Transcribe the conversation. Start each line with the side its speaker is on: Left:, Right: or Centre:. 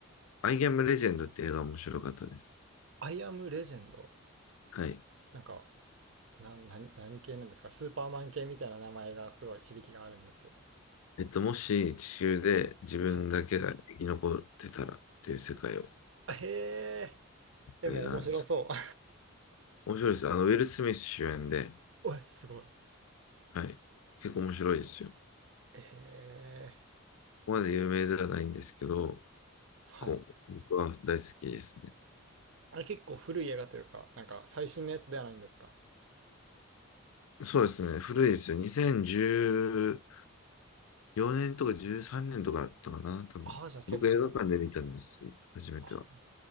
Left: アイ・アム・レジェンドって映画面白かったです。
Right: アイアムレジェンド、
Left: はい。
Right: なんか、な、何、何系なんですかスーパーマン系みたいな名前がすごい響きがあるんですけど。
Left: えっと、もし地球で自分だけが生き残ってたらっていう世界を
Right: はい。へえ、でも面白そう。
Left: 映画なんです。面白いです。あの、ウィル・スミス主演で、
Right: <laughs> おい、すごい。
Left: はい。結構面白いですよ。こ
Right: へえ、
Left: こまで有名ではないんですけど、
Right: はい。
Left: こう、僕は大好きですね。
Right: あれ結構古い映画というか、なんか最新のやつではないんですか
Left: そうですね。古いですよ。2014年とか13年とかだったかな。多分僕映画館で見たんです。
Right: ああ、じゃあ結構、
Left: 初めては。
Right: あ